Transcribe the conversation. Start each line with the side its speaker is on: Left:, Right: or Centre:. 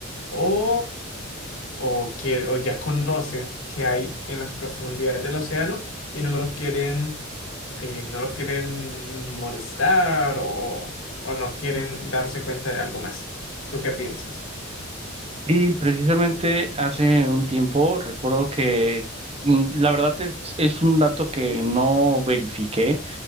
Left: O o, quiere- o ya conocen que hay en las profundidades del océano y no lo quieren, eh, no lo quieren molestar o, o no quieren darse cuenta de algo más. ¿Tú qué piensas?
Right: Y precisamente hace un tiempo recuerdo que mm, la verdad es, es un dato que no verifiqué,